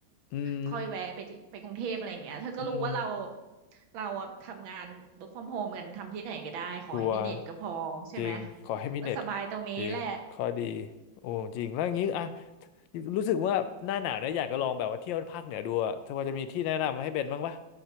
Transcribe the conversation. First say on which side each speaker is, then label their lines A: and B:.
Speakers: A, on the left; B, on the right.
A: อืม
B: ค่อยแวะไปที่ไปกรุงเทพอะไรอย่างเงี้ยเธอก็รู้ว่าเรา
A: อืม
B: เราอะทำงาน work from home กันทำที่ไหนก็ได้ขอให้มีเน็ตก็พอใช่ไหม
A: ชัวร์จริงขอให้มีเน็ต
B: ก็สบายตรงนี้แหละ
A: จริงข้อดีโอ้จริงแล้วอย่างงี้อ่ะ
B: อืม
A: รู้สึกว่าหน้าหนาวเนี่ยอยากจะลองแบบว่าเที่ยวภาคเหนือดูอะเธอพอจะมีที่แนะนำให้เบนบ้างปะ